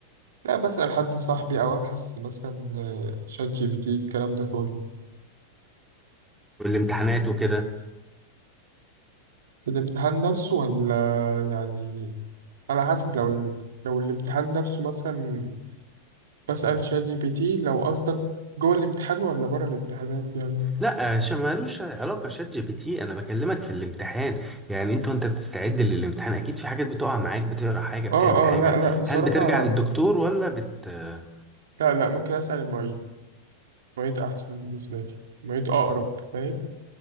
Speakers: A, on the right (about 60°); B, in the centre.
A: لا بسأل حد صاحبي أو أبحث مثلا آه، شات جي بي تي الكلام ده كله
B: والامتحانات وكده
A: في الامتحان نفسه ولا يعني على حسب لو ال- لو الامتحان نفسه مثلا بسأل شات جي بي تي لو قصدك جوه الامتحان ولا بره الامتحانات يعني
B: لا ش- مالوش علاقة شات جي بي تي أنا بكلمك في الامتحان يعني أنت وأنت بتستعد للامتحان أكيد في حاجات بتقع معاك بتقرأ حاجة بتعمل
A: اه
B: حاجة
A: اه لا لا بصراحة
B: هل بترجع للدكتور ولا بت آه
A: لا لا ممكن أسأل المعيد المعيد أحسن بالنسبة لي المعيد أقرب فاهم